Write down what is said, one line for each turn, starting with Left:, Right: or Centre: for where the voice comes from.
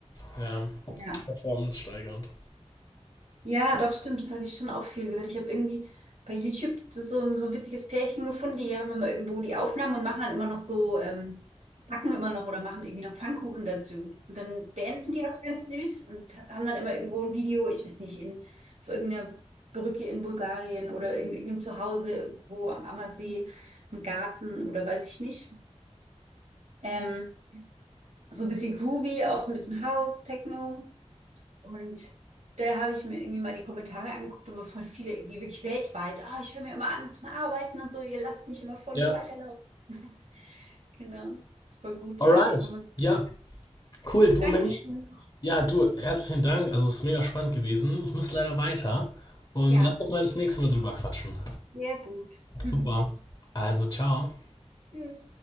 Left: ja,
Right: Ja.
Left: Performance steigernd.
Right: Ja, doch, stimmt. Das habe ich schon auch viel gehört. Ich habe irgendwie bei YouTube so so ein, so ein witziges Pärchen gefunden, die haben immer irgendwo die Aufnahmen und machen dann immer noch so, ähm, backen immer noch oder machen irgendwie noch Pfannkuchen dazu. Und dann dancen die auch ganz süß und haben dann immer irgendwo ein Video, ich weiß nicht, in, auf irgendeiner Brücke in Bulgarien oder in irgendeinem Zuhause irgendwo am Ammersee, im Garten oder weiß ich nicht. Ähm, so ein bisschen groovy, auch so ein bisschen House, Techno. Und da habe ich mir irgendwie mal die Kommentare angeguckt und mir voll viele irgendwie wirklich weltweit. Oh, ich höre mir immer an zum Arbeiten und so, ihr lasst mich immer voll
Left: Ja,
Right: noch weiterlaufen. <laughs> Genau. Ist voll gut,
Left: alright.
Right: ja. Wenn man...
Left: Ja, cool, du
Right: Dankeschön.
Left: Mensch. Ja, du, herzlichen Dank. Also, es ist mega spannend gewesen. Ich muss leider weiter. Und
Right: Ja,
Left: lass doch mal das nächste Mal drüber quatschen.
Right: sehr gut. <laughs>
Left: Super. Also, ciao.
Right: Tschüss.